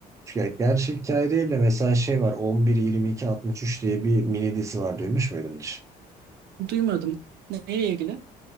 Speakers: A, on the right; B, on the right.
A: Ya gerçek hikaye değil de mesela şey var 11-22-63 diye bir mini dizi var duymuş muydun hiç?
B: Duymadım. Neyle ilgili?